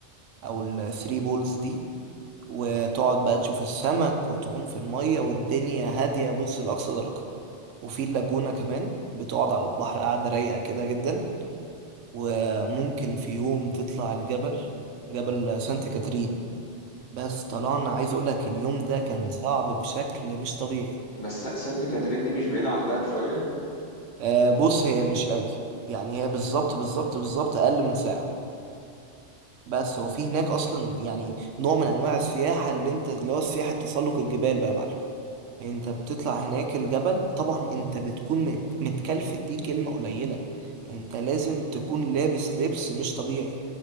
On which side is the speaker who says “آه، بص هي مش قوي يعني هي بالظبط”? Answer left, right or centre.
Right